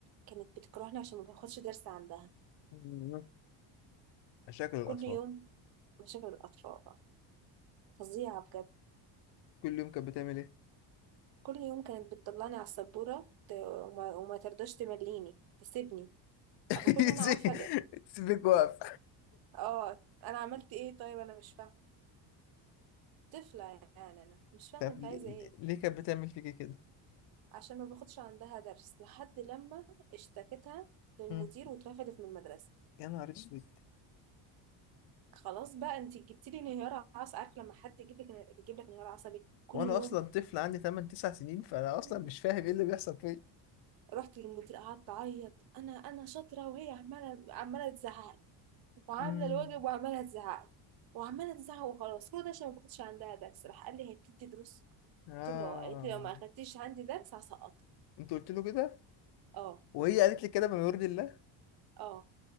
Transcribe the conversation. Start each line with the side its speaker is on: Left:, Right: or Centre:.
Right: كانت بتكرهني عشان ما باخدش درس عندها
Left: مم. مشاكل الأطفال
Right: كل يوم مشاكل الأطفال فظيعة بجد
Left: كل يوم كانت بتعمل إيه؟
Right: كل يوم كانت بتطلعني على السبورة ت- وما, وما ترضاش تمليني تسيبني
Left: <laughs>
Right: بكون أنا عارفة ليه
Left: سيبك واقف
Right: اه أنا عملت إيه طيب أنا مش فاهمة طفلة يعني أنا مش فاهمة
Left: طب
Right: أنت
Left: ليه
Right: عايزة إيه
Left: ليه كانت بتعمل فيكي كده؟
Right: عشان ما باخدش عندها درس لحد لما اشتكتها للمدير
Left: مم.
Right: واترفدت من المدرسة
Left: يا نهار اسود
Right: خلاص بقى انت جبت لي انهيار عصبي عارف لما حد يجيب لك يجيب لك انهيار عصبي كل
Left: وانا
Right: يوم
Left: اصلا طفل عندي 8 9 سنين فانا اصلا
Right: مم.
Left: مش فاهم ايه اللي بيحصل فيا
Right: رحت للمدير قعدت اعيط انا انا شاطره وهي عماله عماله تزعق لي، وعامله
Left: مم.
Right: الواجب وعماله تزعق لي، وعماله تزعق وخلاص كل ده عشان ما باخدش عندها درس راح قال لي هي بتدي دروس
Left: اه
Right: قلت له اه قالت لي لو ما اخدتيش عندي درس هسقطك
Left: انت قلت له كده
Right: اه
Left: وهي قالت لي كده من يرضي الله
Right: اه